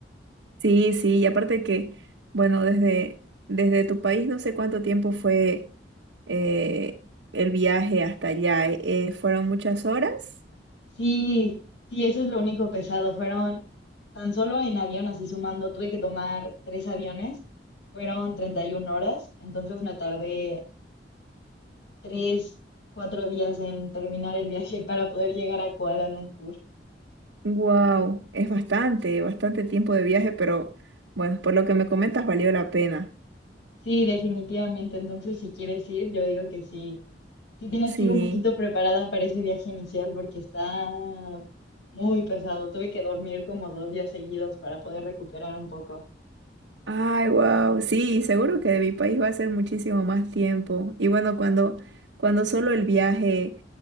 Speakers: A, on the right (about 80°); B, on the left (about 80°).
A: Sí, sí, y aparte que, bueno, desde, desde tu país no sé cuánto tiempo fue eh, el viaje hasta allá. eh, eh, ¿fueron muchas horas?
B: Sí, sí, eso es lo único pesado. Fueron tan solo en avión, así sumando, tuve que tomar tres aviones, fueron 31 horas, entonces me tardé. tres, cuatro días en terminar el viaje para poder llegar a Kuala Lumpur.
A: Wow, es bastante, bastante tiempo de viaje, pero bueno, por lo que me comentas valió la pena.
B: Sí, definitivamente. Entonces, si quieres ir, yo digo que sí. Sí tienes
A: Sí.
B: que ir un poquito preparada para ese viaje inicial porque está muy pesado. Tuve que dormir como dos días seguidos para poder recuperar un poco.
A: Ay, wow, sí, seguro que de mi país va a ser muchísimo más tiempo. Y bueno, cuando, cuando solo el viaje